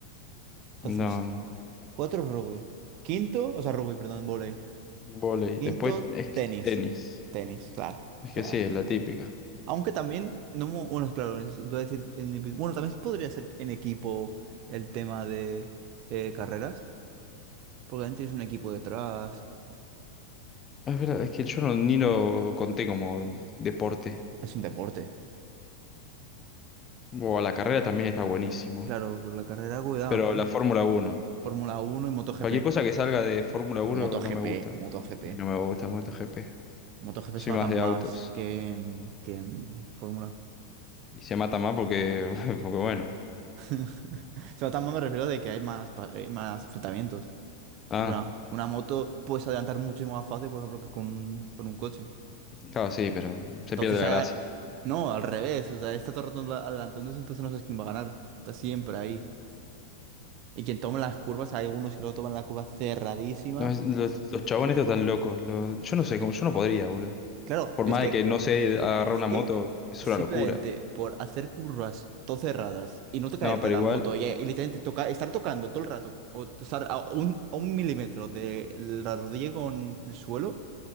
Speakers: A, on the right; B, on the left.
A: Entonces.
B: No, no.
A: Cuatro rugby. Quinto, o sea, rugby, perdón, vóley.
B: Vóley.
A: Quinto,
B: Después es
A: tenis.
B: que tenis.
A: Tenis, claro.
B: Es
A: O sea,
B: que sí, es la típica.
A: aunque también, no, mo- bueno, claro, es- iba a decir, en individu- bueno, también podría ser en equipo el tema de eh, carreras, porque también tienes un equipo detrás.
B: Es verdad, es que yo no, ni lo conté como deporte.
A: Es un deporte.
B: O a la carrera también está buenísimo.
A: Claro, por la carrera, cuidado,
B: Pero
A: ¿eh?
B: la Sí. Fórmula uno
A: Fórmula uno y MotoGP.
B: Cualquier cosa que salga de Fórmula uno
A: MotoGP,
B: no me gusta.
A: MotoGP.
B: Y No me gusta MotoGP.
A: MotoGP
B: Soy
A: se matan
B: más de
A: más
B: autos.
A: que en, que en Fórmula.
B: Y se mata más porque, <laughs> porque bueno.
A: <laughs> Se matan más, me refiero de que hay más, pa- hay más enfrentamientos.
B: Ah,
A: Porque una, una moto puedes adelantar muchísimo más fácil, por ejemplo, que con, un- con un coche.
B: claro, sí, pero se
A: Entonces,
B: pierde la
A: ah,
B: gracia.
A: no, al revés. O sea, está todo el rato adelantándose, entonces no sabes quién va a ganar. Está siempre ahí. Y quien toma las curvas, hay algunos que lo toman la curva cerradísima.
B: No, es- los, los chabones estos están locos. Los- yo no sé, cómo- yo no podría, boludo.
A: Claro,
B: Por
A: es
B: más
A: que,
B: de que no sé agarrar
A: es
B: una
A: que
B: moto, es
A: simplemente
B: una locura.
A: por hacer curvas todo cerradas y no te caerte
B: No, pero
A: de la
B: igual,
A: moto y, y literalmente toca, estar tocando todo el rato o estar a un, a un milímetro de la rodilla con el suelo